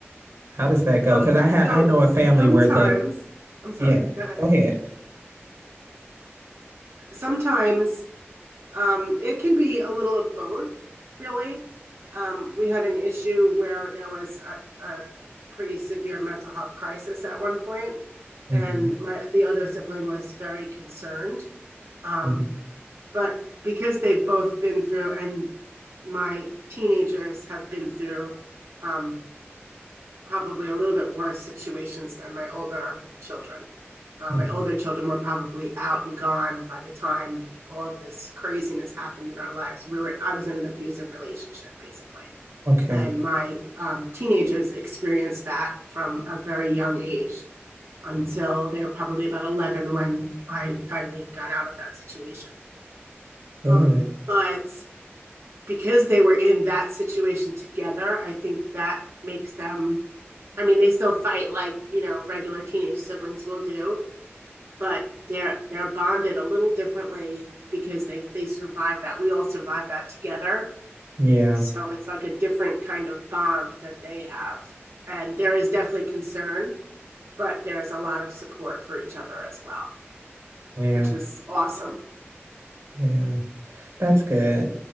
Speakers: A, on the right; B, on the right.
A: How does that go?
B: um,
A: Because I
B: so
A: had I know
B: sometimes,
A: a family where the
B: I'm sorry,
A: yeah.
B: go ahead.
A: Go ahead.
B: Sometimes Um, it can be a little of both, really. Um, we had an issue where there was a, a pretty severe mental health crisis at one point,
A: hmm
B: and my the other sibling was very concerned. Um,
A: hmm
B: but because they've both been through, and my teenagers have been through um, probably a little bit worse situations than my older children. Uh,
A: hmm
B: my older children were probably out and gone by the time all of this craziness happened in our lives. We were I was in an abusive relationship basically,
A: Okay.
B: and my um, teenagers experienced that from a very young age until they were probably about 11 when I finally got out of that situation.
A: Good.
B: Um, but because they were in that situation together, I think that makes them. I mean, they still fight like you know regular teenage siblings will do, but they're they're bonded a little differently because they they survived that. We all survived that together,
A: Yeah.
B: so it's like a different kind of bond that they have. And there is definitely concern, but there's a lot of support for each other as well,
A: Yeah.
B: which is awesome.
A: Yeah. That's good.